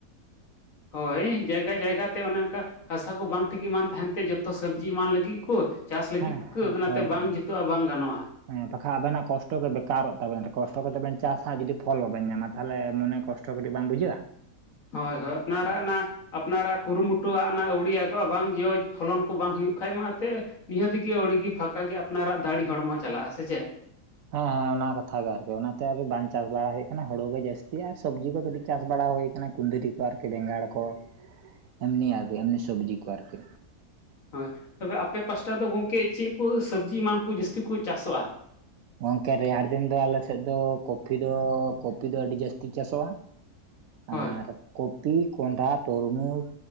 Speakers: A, on the left (about 60°); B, on the right (about 70°).
A: ᱦᱳᱭ ᱡᱟᱭᱜᱟ ᱡᱟᱭᱜᱟ ᱛᱮ ᱚᱱᱮ ᱚᱝᱠᱟ ᱦᱟᱥᱟ ᱠᱚ ᱵᱟᱝ ᱴᱷᱤᱠ ᱮᱢᱟᱱ ᱛᱟᱦᱮᱱ ᱛᱮ ᱡᱚᱛᱚ ᱥᱚᱵᱽᱡᱤ ᱮᱢᱟᱱ ᱞᱟᱹᱜᱤᱫ ᱠᱳ ᱪᱟᱥ ᱞᱟᱹᱜᱤᱫ
B: ᱦᱮᱸ
A: ᱠᱟᱹ ᱚᱱᱟᱛᱮ
B: ᱦᱳᱭ
A: ᱵᱟᱝ
B: ᱦᱳᱭ
A: ᱡᱩᱛᱟᱹᱜ-ᱟ ᱵᱟᱝ ᱜᱟᱱᱚᱜ-ᱟ
B: ᱦᱮᱸ ᱵᱟᱠᱷᱟᱜ ᱟᱵᱮᱱᱟᱜ ᱠᱚᱥᱴᱚ ᱜᱮ ᱵᱮᱠᱟᱨᱚᱜ ᱛᱟᱵᱮᱱᱟ ᱠᱚᱥᱴᱚ ᱠᱟᱛᱮᱜ ᱵᱮᱱ ᱪᱟᱥᱟ ᱡᱩᱫᱤ ᱯᱷᱚᱞ ᱵᱟᱵᱮᱱ ᱧᱟᱢᱟ ᱛᱟᱦᱞᱮ ᱢᱚᱱᱮ ᱠᱚᱥ ᱴᱚ ᱠᱟᱹᱤᱡ ᱵᱟᱝ ᱵᱩᱡᱷᱟᱹᱜ-ᱟ
A: ᱦᱳᱭ ᱦᱳᱭ ᱟᱯᱱᱟᱨᱟᱜ ᱚᱱᱟ ᱟᱯᱱᱟᱨᱟᱜ ᱠᱩᱨᱩᱢᱩᱴᱩᱣᱟᱜ ᱚᱱᱟ ᱟᱹᱣᱲᱤᱭᱟᱜ-ᱟ ᱵᱟᱝ ᱡᱚ ᱯᱷᱚᱞᱚᱱ ᱠᱚ ᱵᱟᱝ ᱦᱩᱭᱩᱜ ᱠᱷᱟᱱᱡ ᱢᱟ ᱚᱛᱮ ᱱᱤᱦᱟᱹᱛᱤᱜᱮ ᱟᱹᱣᱲᱤ ᱜᱮ ᱯᱷᱟᱠᱟ ᱜᱮ ᱟᱯᱱᱟᱨᱟᱜ ᱫᱟᱲᱮ ᱦᱚᱲᱢᱚ ᱪᱟᱞᱟᱜ ᱟᱥᱮ ᱪᱮᱜ
B: ᱦᱮᱸ ᱦᱮᱸ ᱚᱱᱟ ᱠᱟᱛᱷᱟ ᱜᱮ ᱟᱨᱠᱤ ᱚᱱᱟᱛᱮ ᱟᱨ ᱵᱟᱝ ᱪᱟᱥ ᱵᱟᱲᱟ ᱦᱩᱭ ᱠᱟᱱᱟ ᱦᱳᱲᱳ ᱜᱮ ᱡᱟᱹᱥᱛᱤ ᱟᱨ ᱥᱚᱵᱽᱡᱤ ᱠᱚ ᱠᱟᱹᱴᱤᱡ ᱪᱟᱥ ᱵᱟᱲᱟ ᱦᱩᱭ ᱠᱟᱱᱟ ᱠᱩᱸᱫᱨᱤ ᱠᱚ ᱟᱨᱠᱤ ᱵᱮᱸᱜᱟᱲ ᱠᱚ ᱮᱢᱱᱤ ᱟᱨᱠᱤ ᱮᱢᱱᱤ ᱥᱚᱵᱽᱡᱤ ᱠᱚ ᱟᱨᱠᱤ
A: ᱦᱚᱭ ᱛᱚᱵᱮ ᱟᱯᱮ ᱯᱟᱥᱴᱟ ᱫᱚ ᱜᱚᱝᱠᱮ ᱪᱮᱜ ᱠᱚ ᱥᱟᱵᱽᱡᱤ ᱮᱢᱟᱱ ᱠᱚ ᱡᱟᱹᱥᱛᱤ ᱠᱚ ᱪᱟᱥᱚᱜᱼᱟ
B: ᱜᱚᱝᱠᱮ ᱨᱮᱭᱟᱲ ᱫᱤᱱ ᱫᱚ ᱟᱞᱮ ᱥᱮᱫ ᱫᱚ ᱠᱚᱯᱷᱤ ᱫᱚ ᱠᱚᱯᱤ ᱫᱚ ᱟᱹᱰᱤ ᱡᱟᱹᱥᱛᱤ ᱪᱟᱥᱚᱜᱼᱟ
A: ᱦᱳᱭ
B: ᱟᱨ ᱠᱚᱯᱤ ᱠᱚᱸᱰᱷᱟ ᱛᱚᱨᱢᱩᱡᱽ